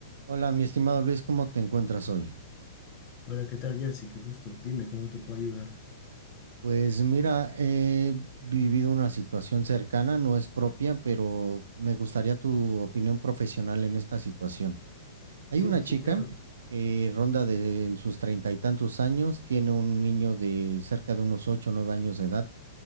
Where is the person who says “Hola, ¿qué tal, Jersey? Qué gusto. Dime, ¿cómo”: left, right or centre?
Left